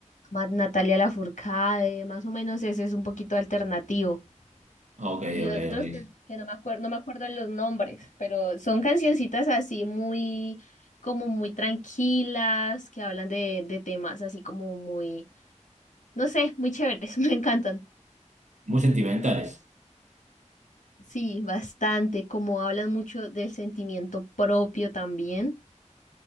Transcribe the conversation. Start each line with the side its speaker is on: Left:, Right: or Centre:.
Left: Ma- Natalia Lafourcade, más o menos ese es un poquito alternativo.
Right: Ok,
Left: Y
Right: ok,
Left: otros
Right: ok.
Left: que, que no me acuerdo, no me acuerdo en los nombres, pero son cancioncitas así muy, como muy tranquilas, que hablan de, de temas así como muy No sé, muy chéveres, <laughs> me encantan.
Right: Muy sentimentales.
Left: Sí, bastante, como hablan mucho del sentimiento propio también.